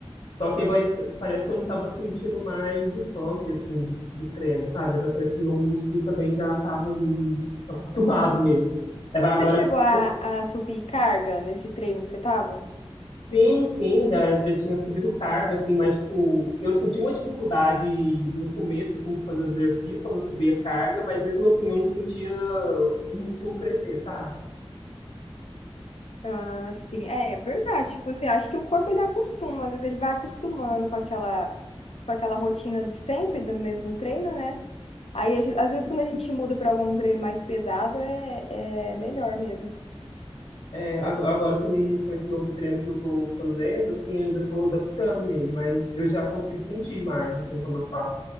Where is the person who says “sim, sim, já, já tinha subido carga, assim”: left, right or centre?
Left